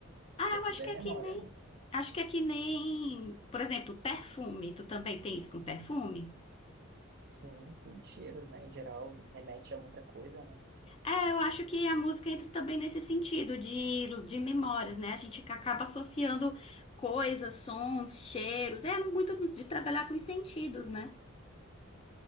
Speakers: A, on the left; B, on the right.
A: Ah,
B: Porque
A: eu
B: tudo
A: acho
B: é
A: que
B: memória,
A: é que nem.
B: né?
A: Acho que é que nem, por exemplo, perfume. Tu também tem isso com perfume?
B: Sim, sim, cheiros, né? Em geral, remete a muita coisa, né?
A: É, eu acho que a música entra também nesse sentido de, de memórias, né? A gente ca- acaba associando coisas, sons, cheiros. É muito de trabalhar com os sentidos, né?